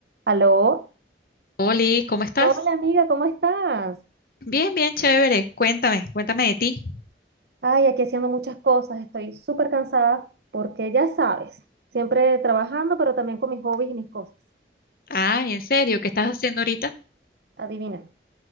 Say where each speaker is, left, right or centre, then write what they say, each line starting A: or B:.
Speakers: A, on the right; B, on the left.
A: Aló,
B: Oli, ¿cómo estás?
A: hola amiga, ¿cómo estás?
B: Bien, bien, chévere. Cuéntame, cuéntame de ti.
A: Ay, aquí haciendo muchas cosas, estoy súper cansada porque ya sabes, siempre trabajando, pero también con mis hobbies y mis cosas.
B: Ah, ¿en serio? ¿Qué estás haciendo ahorita?
A: Adivina.